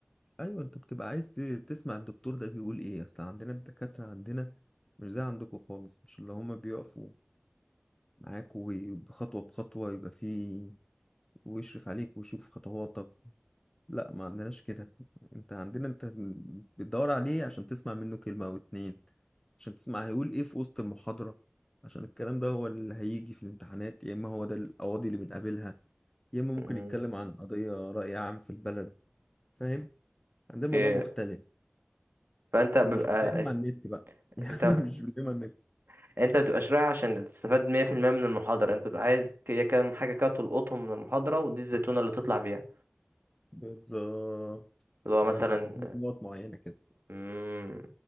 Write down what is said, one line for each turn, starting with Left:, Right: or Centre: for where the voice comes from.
Left: ايوه انت بتبقى عايز ت- تسمع الدكتور ده بيقول ايه اصل عندنا الدكاترة عندنا مش زي عندكم خالص مش اللي هما بيقفوا معاك وخطوة بخطوة يبقى فيه ويشرف عليك ويشوف خطواتك لا ما عندناش كده انت عندنا انت بتدور عليه عشان تسمع منه كلمة او اتنين عشان تسمع هيقول ايه في وسط المحاضرة عشان الكلام ده هو اللي هيجي في الامتحانات يا اما هو ده القواضي اللي بنقابلها يا اما ممكن
Right: مم،
Left: يتكلم عن قضية رأي عام في البلد فاهم عندنا الموضوع
Right: اوكي
Left: مختلف
Right: فانت بيبقى
Left: ومش بتلاقيهم على النت بقى <laughs> يعني
Right: انت
Left: مش بتلاقيهم على النت
Right: <laughs> انت بتبقاش رايح عشان تستفاد 100% من المحاضرة انت بتبقى عايز هي كام حاجة كده تلقطهم من المحاضرة ودي الزيتونة اللي تطلع بيها
Left: بالظبط
Right: اللي هو مثلا
Left: ان انا عامل نقط معينه كده
Right: مم،